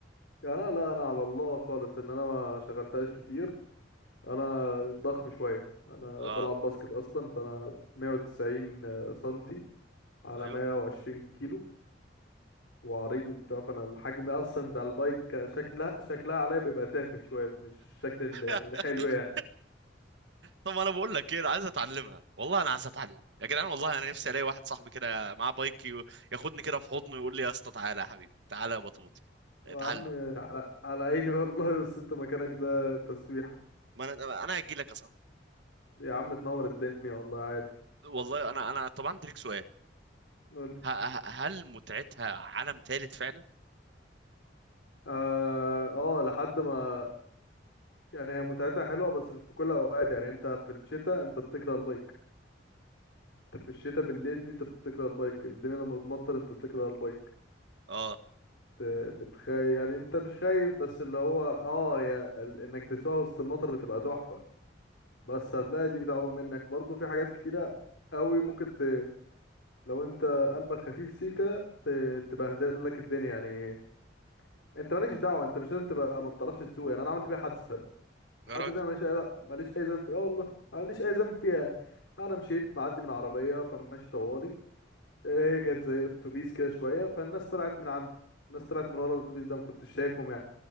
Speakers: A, on the left (about 90°); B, on the right (about 70°).
A: يعني انا لا انا على الله خالص ان انا ما شغلتهاش كتير انا ضخم شويه انا
B: اه
A: بلعب باسكت اصلا فانا 190 سنتي على
B: ايوه
A: 120 كيلو وعريض وبتاع فانا الحجم اصلا بتاع البايك شكلها شكلها عليا بيبقى تافه شويه مش الشكل ال-
B: <laughs>
A: الحلو يعني
B: طب انا بقول لك ايه انا عايز اتعلمها والله انا عايز اتعلم يا جدعان والله انا نفسي الاقي واحد صاحبي كده معاه بايك يو- ياخدني كده في حضنه ويقول لي يا اسطى تعالى يا حبيبي تعالى يا بطوط اتعلم
A: يا عم على على عيني والله بس انت مكانك ده تسويحه
B: ما انا انا هجي لك يا صاحبي
A: يا عم تنور الدنيا والله عادي
B: والله انا انا طبعا عندي ليك سؤال
A: قول لي
B: ه- ه- هل متعتها عالم ثالث فعلا
A: اه آه، لحد ما يعني هي متعتها حلوه بس مش في كل الاوقات يعني انت في الشتاء انت بتكره البايك انت في الشتاء بالليل دي انت بتكره البايك الدنيا لما بتمطر انت بتكره البايك
B: اه
A: بت- بتخايف يعني انت مش خايف بس اللي هو اه هي ال- انك تسوق وسط المطر بتبقى تحفة بس هتلاقي دي بتعوم منك برضو في حاجات كتيرة قوي ممكن ت... لو انت قلبك خفيف سيكا ت... تبهدل لك الدنيا يعني انت مالكش دعوة انت مش لازم تبقى ما بتعرفش تسوق يعني انا عملت بيها حادثة الحادثة
B: يا راجل
A: دي انا ماليش اي لا ماليش اي ذنب فيها اه والله ماليش اي ذنب فيها يعني انا مشيت معدي من عربية فماشي طوالي إيه، هي كانت زي اتوبيس كده شويه فالناس طلعت من عنده الناس طلعت من ورا الاتوبيس ده ما كنتش شايفهم يعني